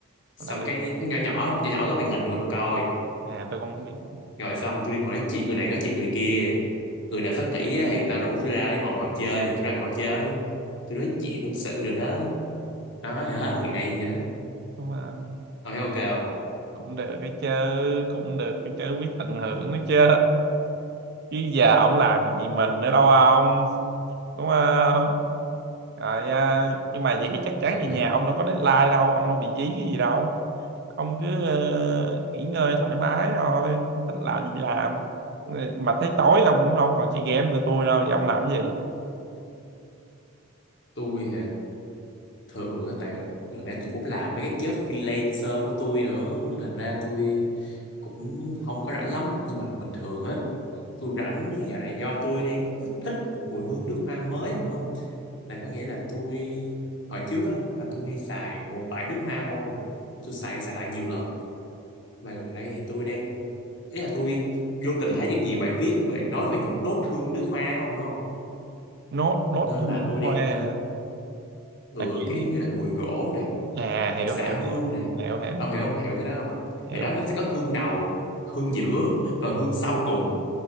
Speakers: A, on the left; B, on the right.
A: xong
B: là được
A: cái nó nhỏ nhỏ nhỏ nhỏ góc màn hình luôn rồi coi
B: à tôi cũng biết
A: rồi xong tôi đi ngồi nói chuyện người này nói chuyện người kia người nào thích nghỉ á thì người ta rủ tôi ra để ngồi ngồi chơi thì tôi ra ngồi chơi tôi nói chuyện tâm sự rồi đó nói thì hết ngày vậy đó
B: nhưng mà
A: ông thấy ok không
B: cũng được cái chứ cũng được cái chứ biết tận hưởng cái chứ chứ giờ ông làm việc gì mình nữa đâu ông đúng không rồi à, nhưng mà vậy thì chắc chắn
A: Thì
B: về
A: nếu
B: nhà ông đâu có deadline đâu ông đâu bị dí cái gì đâu ông cứ ờ, nghỉ ngơi thoải mái thôi thích làm gì làm mà thấy tối ông cũng đâu còn chơi game tụi tôi đâu vậy ông làm cái gì
A: tôi thì thường á tại lần này tôi cũng làm mấy cái job freelancer của tôi nữa nên thành ra tôi cũng không có rảnh lắm nhưng mà bình thường á tôi rảnh thì giờ này do tôi đang thích thích một mùi hương nước hoa mới không không là có nghĩa là tôi hồi trước á là tôi hay xài một loại nước hoa thôi Mà tôi xài xài lại nhiều lần mà gần đây thì tôi đang ý là tôi vô tình thấy được nhiều bài viết về nói về những nốt hương nước hoa không đúng không
B: nốt nốt
A: nên
B: thư
A: là
B: nước
A: tôi
B: hoa
A: đang
B: à?
A: ờ, ừ,
B: là kiểu
A: kiểu
B: gì?
A: giống như là mùi gỗ này
B: à
A: mùi
B: hiểu
A: xả
B: hiểu
A: hương
B: hiểu
A: nè
B: hiểu hiểu
A: ông hiểu không hiểu cái đó không
B: hiểu
A: thì đó nó sẽ có hương đầu hương giữa và hương sau cùng